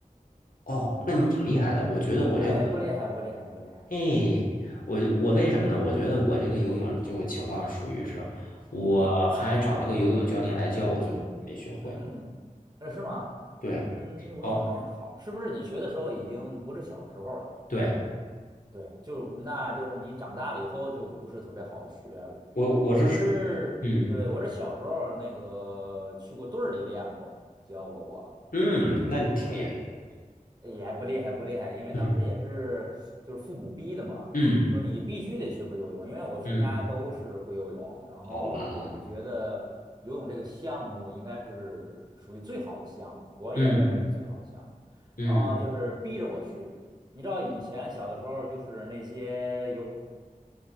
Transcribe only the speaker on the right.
对，
哎，不厉害，不厉害，不厉害，
嗯
嗯嗯嗯，呃是吗？
嗯，我觉得还好，
是不是你学的时候已经不是小时候了？
对，就那就是你长大了以后就不是特别好学了。
我是，
对，我是小时候那个去过队儿里练过，教过我。
对，也不厉害，不厉害，因为当时也是就是父母逼的嘛，
说你必须得学会游泳，因为我全家都是会游泳，
然后也是觉得游泳这个项目应该是属于最好的项目，
我也认为是最好的项目，
然后就是逼着我去。你知道以前小的时候，就是那些游。